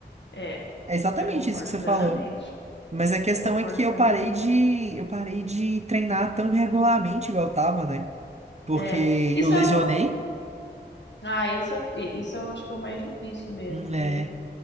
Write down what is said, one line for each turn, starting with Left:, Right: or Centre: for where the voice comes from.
Left: é,
Right: É exatamente
Left: eu concordo
Right: isso que você
Left: plenamente.
Right: falou. Mas a questão
Left: Concordo
Right: é que eu
Left: plenamente.
Right: parei de, eu parei de treinar tão regularmente igual eu tava, né? Porque
Left: É, isso
Right: eu lesionei,
Left: é o, ah, isso, é- isso eu acho que é o mais difícil mesmo.
Right: né?
Left: E